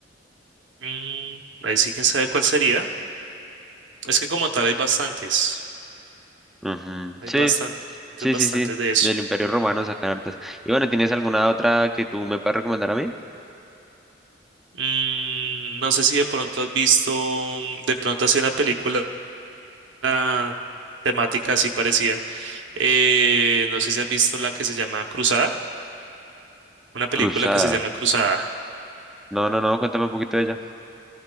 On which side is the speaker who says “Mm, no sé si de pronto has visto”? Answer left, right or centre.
Right